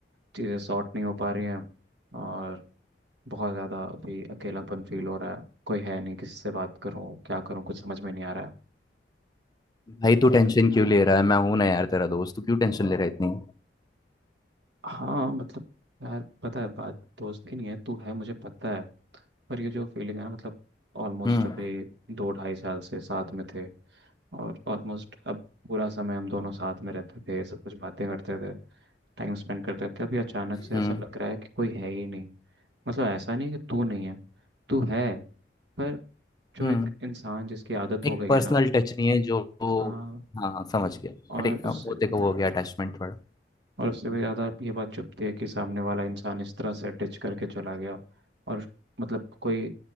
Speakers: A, on the right; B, on the left.
A: चीज़ें सॉर्ट नहीं हो पा रही हैं और बहुत ज़्यादा अभी अकेलापन फील हो रहा है कोई है नहीं किसी से बात करूं क्या करूं कुछ समझ में नहीं आ रहा है
B: भाई तू और टेंशन क्यों ले रहा है मैं हूं ना यार तेरा दोस्त तू क्यों टेंशन ले रहा है इतनी
A: हाँ मतलब यार पता है बात दोस्त की नहीं है तू है मुझे पता है पर ये जो फीलिंग है ना मतलब ऑलमोस्ट
B: हम्म
A: अभी दो ढाई साल से साथ में थे और ऑलमोस्ट अब पूरा समय हम दोनों साथ में रहते थे सब कुछ बातें करते थे टाइम स्पेंड करते थे अभी अचानक से
B: हम्म
A: ऐसा लग रहा है कि कोई है ही नहीं मतलब ऐसा नहीं कि तू नहीं है तू है पर जो
B: हम्म
A: एक इंसान जिसकी आदत
B: एक
A: हो गई
B: पर्सनल
A: है ना
B: टच नहीं है जो
A: हाँ
B: हाँ हाँ समझ गया हाँ,
A: और
B: ठीक हाँ,
A: उससे
B: वो देखो वो हो गया अटैचमेंट थोड़ा
A: और उससे भी ज़्यादा ये बात चुभती है कि सामने वाला इंसान इस तरह से डिच करके चला गया और मतलब कोई